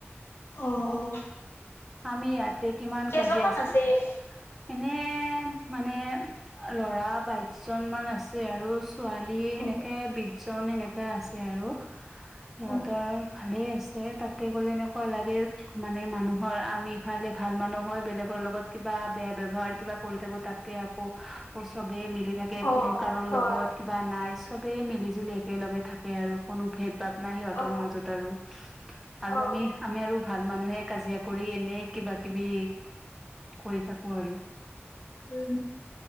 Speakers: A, on the left (about 60°); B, in the centre.
A: অঁ অ,
B: আমি ইয়াতে কিমান
A: কেইজনমান
B: কাজিয়া আছো,
A: আছে এনে
B: এনেই <unintelligible> <unintelligible> মানে ল'ৰা বাইশজনমান আছে আৰু ছো ছোৱালী সেনেকে
A: অ
B: বিছজন সেনেকা আছে আৰু সিহঁতৰ
A: অ
B: ভালে আছ এ তাতে গ'লে এনেকুৱা লাগে মানে মানুহ আমি ইফালে ভাল মানুহ হয়, বেলেগৰ লগত কিবা বেয়া ব্যৱহাৰ কিবা কৰি থাকো তাতে আকৌ চবেই মিলি থাকে
A: অ
B: কোনো কাৰো
A: হয়
B: লগত কিবা নাই চবেই মিলি জুলি একেলগে থাকে আৰু কোনো ভেদ ভাৱ নাই সিহঁতৰ
A: অ
B: মাজত আৰু, আৰু
A: অ
B: আমি আমি আৰু ভাল মানুহে কাজিয়া। কৰি এনেই কিবা-কিবি কৰি থাকো আৰু।
A: উম